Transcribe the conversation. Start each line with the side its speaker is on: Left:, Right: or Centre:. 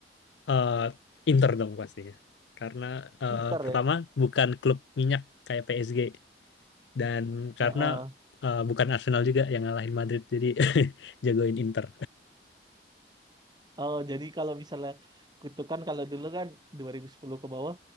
Left: Eh, Inter dong pastinya. Karena eh,
Right: Inter
Left: pertama
Right: ya.
Left: bukan klub minyak kayak PSG dan
Right: Heeh.
Left: karena eh, bukan Arsenal juga yang ngalahin Madrid jadi <laughs> jagoin Inter.
Right: Oh, jadi kalau misalnya kutukan kalau dulu kan 2010 ke bawah